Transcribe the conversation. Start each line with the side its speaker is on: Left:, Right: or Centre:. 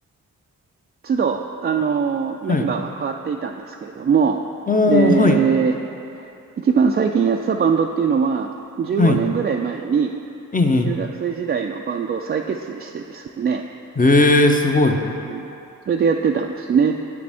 Right: 都度、あの、メンバーは変わっていたんですけれども、
Left: はい。おー、
Right: で、
Left: はい、
Right: 一番最近やってたバンドっていうのは、15年ぐらい前に、
Left: はい。ええ、
Right: 中学生時代のバンドを再結成してですね、
Left: ええ、すごい。
Right: うんそれでやってたんですね。